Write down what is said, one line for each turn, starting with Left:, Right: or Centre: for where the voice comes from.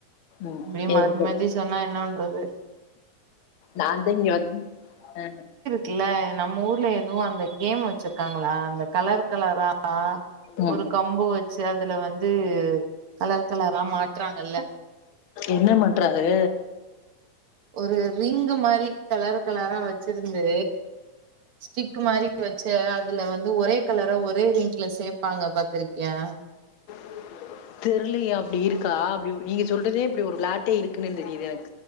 Left: ம்
Right: இப்டி மாத்தி
Left: ஏதோ
Right: மாத்தி சொன்னா என்னா பண்றது
Left: நான்தே இங்க வந் அ
Right: கில்ல நம்ம ஊர்ல எதோ அந்த கேம் வெச்சிருக்காங்களா அந்த கலர் கலரா
Left: ம்
Right: ஒரு கம்பு வெச்சு அதுல வந்து கலர் கலரா மாட்றாங்கல்ல
Left: என்ன மாட்றாகக
Right: ஒரு ரிங்கு மாரி கலர் கலரா வெச்சிருந்து ஸ்டிக்கு மாரி வெச் சு அதுல வந்து ஒரே கலரா ஒரே ரிங்ல சேப்பாங்க பாத்ருக்கியா
Left: <inaudible> தெருலியே அப்டி இருக்கா அப்டி ஒரு நீங்க சொல்றிதே இப்புடி ஒரு விளாட்டே இருக்குன்னு தெரிது எனக்